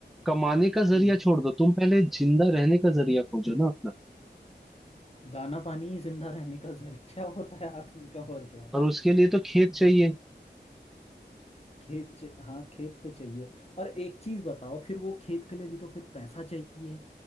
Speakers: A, in the centre; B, on the left.
A: कमाने का जरिया
B: हम्म
A: छोड़ दो तुम पहले जिंदा रहने का जरिया खोजो ना अपना
B: दाना पानी ही जिंदा रहने का जरिया <laughs> होता है आदमी का और क्या
A: और उसके लिए तो खेत चाहिए
B: खेत च- हाँ खेत तो चाहिए और एक चीज बताओ फिर वो खेत के लिए भी तो फिर पैसा चाहिए